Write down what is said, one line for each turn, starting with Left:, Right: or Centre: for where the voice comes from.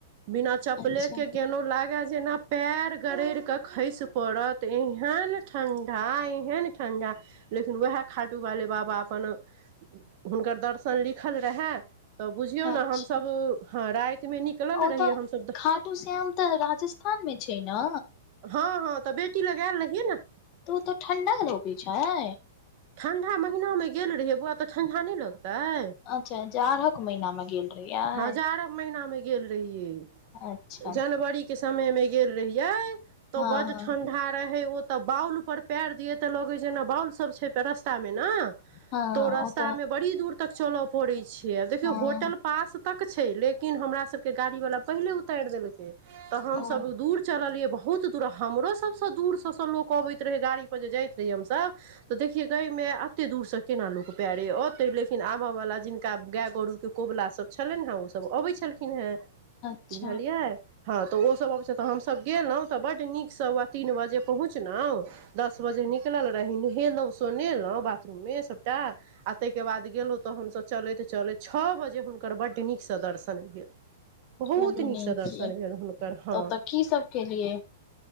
Right: बिना चपले
Left: अच्छा
Right: के गेलौं लागल जेना पयर गरैड़ क खसि पड़त एहन ठण्डा एहन ठण्डा लेकिन वैहे खाटूवाले बाबा अपन, हुनकर दर्शन लिखल रहए त बुझियौ
Left: अच्छा
Right: ने हमसब हँ रातिमे निकलल
Left: ओ
Right: रहियै
Left: तऽ
Right: हमसब
Left: खाटू श्याम त राजस्थान मे छै ना
Right: हँ हँ त बेटी लग आयल रहियै ना
Left: त ओत ठण्डा लगै छै?
Right: ठन्डा महिनामे गेल रहियै बौआ त ठण्डा नहि लगतै
Left: अच्छा जाड़क महिना मे गेल रहियै
Right: हं जाड़क महिनामे गेल रहियै।
Left: अच्छा
Right: जनवरी के समय मे गेल रहियै त
Left: हँ
Right: बड
Left: हँ
Right: ठंडा रहेे ओ त बाउल पर पैर दियै ते लगै छै ने बाउल सब छैे रास्ता मे ना
Left: हँ
Right: त रास्तामे
Left: ओ तऽ
Right: बड़ी दूर तक चल पड़ैत छै आ देखियौ
Left: हँ
Right: होटल पास तक छै लेकिन हमरा सब के गाड़ी बला पहिले उतैर देलकै त हम
Left: ओ
Right: सब चललै बहुत दूर हमरो सबसँ दूर सब स लोक अबैत रहै गाड़ी पर जे जाइत रहियै हमसभ त देखियै गै माय एते दूरसँ केना लोक पैरे औते लेकिन आबयवला जिनका गाय गरुके कोबला सभ छलनि हेँ ओसभ अबैते छलखिन हेँ
Left: अच्छा
Right: बुझलियै हँ त ओसभ अबै छै त हमसभ गेलहुँ त बड नीकसँ व तीन बजे पहुँचलहुँ दस बजे निकलल रही, नहेलहुँ सोनेलहुँ बाथरूममे सभटा आ ताहिके बाद गेलहुँ त हमसभ चलैत चलैत छओ बजे हुनकर बड नीकसँ दर्शन भेल। बहुत
Left: चलू
Right: नीकसँ
Left: नीक
Right: दर्शन
Left: यै
Right: भेल हुनकर हं
Left: ओतऽ की सब केलियै